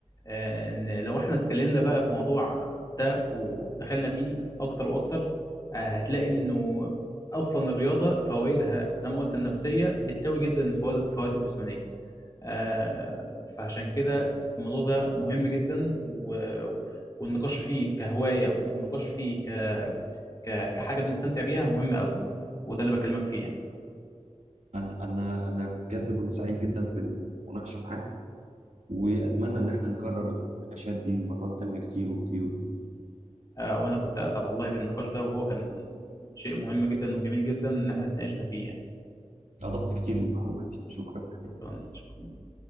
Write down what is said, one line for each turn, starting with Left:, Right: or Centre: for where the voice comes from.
Left: آه، ان لو احنا اتكلمنا بقى في موضوع ده ودخلنا فيه اكتر واكتر آه، هتلاقي انه اصلا الرياضه فوائدها زي ما قلت النفسيه بتساوي جدا الفوا- الفوائد الجسمانيه آه، فعشان كده الموضوع ده مهم جدا و... والنقاش فيه كهوايه والنقاش فيه ك... ك... كحاجه بنستمتع بيها مهم قوي وده اللي بكلمك فيه يعني
Right: انا انا انا بجد كنت سعيد جدا بالمناقشه معاك واتمنى ان احنا نكرر النقاشات دي مرات تانية كتير وكتير وكتير
Left: آه، وانا كنت اسعد والله بالنقاش ده وهو كان شيء مهم جدا وجميل جدا ان احنا اتناقشنا فيه يعني
Right: اضفت كتير لمعلوماتي شكرا جزيلا
Left: شكرا ليك شكرا